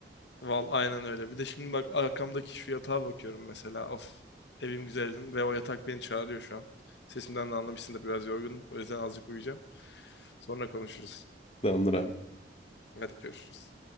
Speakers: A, on the left (about 75°); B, on the left (about 35°).
A: Val aynen öyle. Bir de şimdi bak arkamdaki şu yatağa bakıyorum mesela. Of evim güzeldim ve o yatak beni çağırıyor şu an. Sesimden de anlamışsındır biraz yorgunum. O yüzden azıcık uyuyacağım. Sonra konuşuruz.
B: <laughs> tamamdır abi.
A: Hadi görüşürüz.